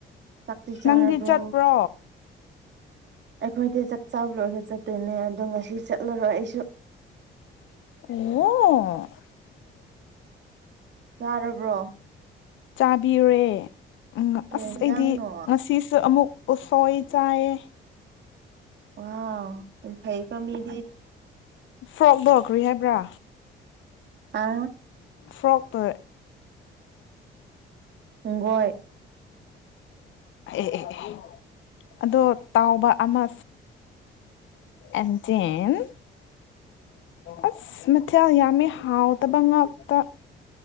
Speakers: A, on the right; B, on the left.
A: ꯆꯥꯛꯇꯤ ꯆꯥꯔꯕ꯭ꯔꯣ
B: ꯅꯪꯗꯤ ꯆꯠꯄ꯭ꯔꯣ
A: ꯑꯩꯈꯣꯏꯗꯤ ꯆꯥꯛ ꯆꯥꯕ ꯂꯣꯏꯔ ꯆꯠꯇꯣꯏꯅꯦ ꯑꯗꯣ ꯉꯁꯤ ꯆꯠꯂꯔꯣꯏ ꯑꯩꯁꯨ
B: ꯑꯣ
A: ꯆꯥꯔꯕ꯭ꯔꯣ
B: ꯆꯥꯕꯤꯔꯣꯢꯌꯦ ꯎꯝ
A: ꯀꯩ
B: ꯑꯁ
A: ꯌꯦꯟꯖꯥꯡꯅꯣ
B: ꯑꯩꯗꯤ ꯉꯁꯤꯁꯨ ꯑꯃꯨꯛ ꯎꯁꯣꯏ ꯆꯥꯏꯌꯦ
A: ꯋꯥ ꯌꯥꯝ ꯐꯩꯒꯣ ꯃꯤꯗꯤ
B: ꯐ꯭ꯔꯣꯛ ꯂꯣꯈ꯭ꯔꯤ ꯍꯥꯏꯕ꯭ꯔꯥ
A: ꯑꯥ
B: ꯐ꯭ꯔꯣꯛ ꯇ
A: ꯨꯒꯣꯏ <inaudible>
B: ꯑꯦ ꯑꯦ ꯑꯗꯣ ꯇꯥꯎꯕ ꯑꯃ ꯑꯦꯟꯖꯤꯟ ꯑꯁ ꯃꯊꯦꯜ ꯌꯥꯝꯃꯤ ꯍꯥꯎꯇꯕ ꯉꯥꯛꯇ